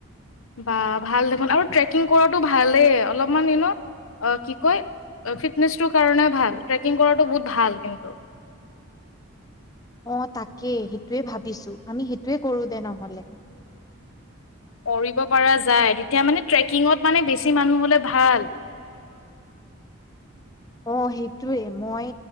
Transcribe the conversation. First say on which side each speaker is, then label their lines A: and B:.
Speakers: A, on the left; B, on the left.
A: বা ভাল দেখোন আৰু ট্ৰেকিং কৰাটো ভালেই অলপমান ইনো কি কয় ফিটনেচটোৰ কাৰণে ভাল ট্ৰেকিং কৰাটো বহুত ভাল কিন্তু
B: অ তাকেই সেইটোৱে ভাবিছো আমি সেইটোৱে কৰো দে নহলে
A: কৰিব পৰা যায় তেতিয়া মানে ট্ৰেকিঙত মানে বেছি মানুহ হ'লে ভাল
B: অ সেইটোৱে মই